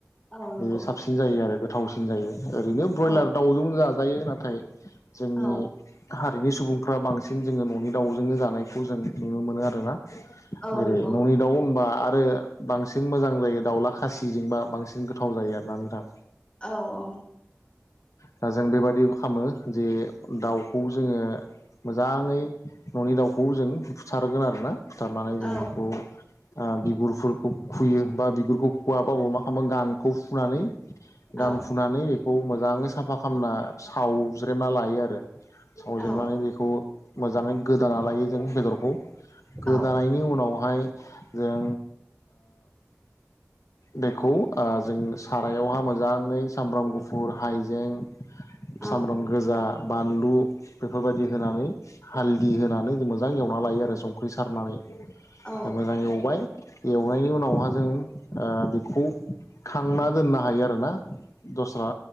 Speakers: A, on the left; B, on the left.
A: औ नंगौ
B: बेयो साबसिन जायो आरो गोथावसिन जायो ओरैनो ब्रयलार
A: औ
B: दाउजों जाजायो नाथाय जोंनि
A: औ
B: हारिनि सुबुंफ्रा बांसिन जोङो न'नि दाउजोंनो जानायखौ जों नुनो मोनो आरोना जेरै
A: औ नंगौ
B: न'नि दाउ बा आरो बांसिन मोजां जायो दाउला खासिजोंबा बांसिन गोथाव जायो आरोना नोंथा
A: औ औ
B: दा जों बेबायाददिबो खामो जे दाउखौ जोङो मोजाङै न'नि दाउ खौ जों बुथारगोन आरो ना बुथारनानै जों
A: औ
B: बेखौ बिगुरफोरखौ खुयो बा बिगुरखौ खुवाबा अमाखावा गांखौ फुनानै
A: औ
B: गां फुनानै बेखौ मोजाङै साफा खालामना सावज्रेना लायो आरो सावजेनानै
A: औ
B: बेखौ मोजाङै गोदाना लायो जों बेदरखौ गोदानायनि
A: औ
B: उनावहाय जों दैखौ जों सारायावहा मोजाङै सामब्राम गुफुर हाइजें
A: औ
B: सामब्राम
A: औ
B: गोजा बानलु बेफोरबायदि होनानै हालददि होनानै जों मोजां एवना लायो आरो संख्रि सारनानै
A: औ
B: मोजां एवबाय एवनायनि उनावहा जों बेखौ खांना दोननो हायो आरोना दस्रा